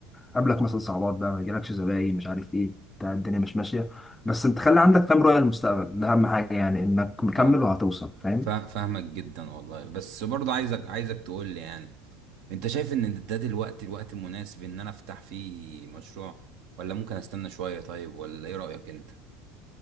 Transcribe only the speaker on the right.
فاهم
فا- فاهمك جدا والله بس برضو عايزك عايزك تقول لي يعني انت شايف ان ده دلوقتي الوقت المناسب ان انا افتح فيه مشروع ولا ممكن استنى شوية طيب ولا ايه رأيك انت